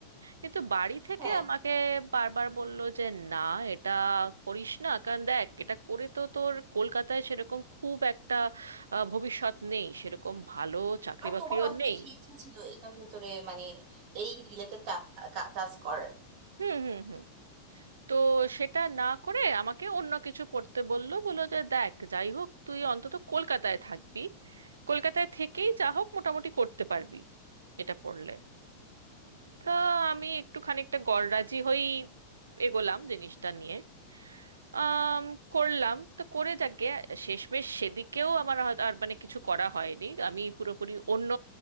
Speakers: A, on the right (about 80°); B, on the right (about 40°).
A: কিন্তু বাড়ি থেকে
B: হ্যাঁ
A: আমাকে বারবার বলল যে না এটা করিস না কারণ দেখ এটা করে তো তোর কলকাতায় সেরকম খুব একটা আহ, ভবিষ্যৎ নেই সেরকম ভালো চাকরি
B: আর
A: বাকরিও
B: তোমার অনেক
A: নেই
B: বেশি ইচ্ছা ছিল এটার ভেতরে মানে এই রিলেটেড টাস্ক করার
A: হুম হুম হুম তো সেটা না করে আমাকে অন্য কিছু পড়তে বললো বললো যে দেখ যাই হোক তুই অন্তত কলকাতায় থাকবি কলকাতায় থেকেই যা হোক মোটামুটি করতে পারবি এটা পড়লে তা আমি একটু খানিকটা গড়রাজি হয়েই এগোলাম জিনিসটা নিয়ে আম, করলাম তো করে যাক গে শেষমেশ সেদিকেও আমার হয়তো আর মানে কিছু করা হয়নি আমি পুরোপুরি অন্য